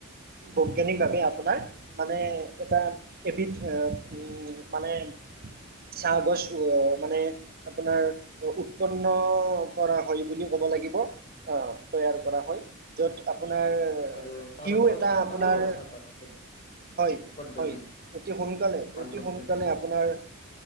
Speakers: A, on the right (about 45°); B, on the left (about 35°).
A: বৈজ্ঞানিক ভাৱে আপোনাৰ মানে এটা হেবিট উম মানে চাহ গছ ও মানে আপোনাৰ উৎপন্ন কৰা হয় বুলি ক'ব লাগিব। অঁ তৈয়াৰ কৰা হয়। য'ত আপোনাৰ
B: আৰু তাৰ
A: সিও
B: ফলত
A: এটা
B: সোনকালেও
A: আপোনাৰ
B: হয় চাহপাত
A: হয়
B: পদ্ধতি
A: হয়, অতি সোনকালে
B: ভাল
A: অতি
B: পদ্ধতি
A: সোনকালে আপোনাৰ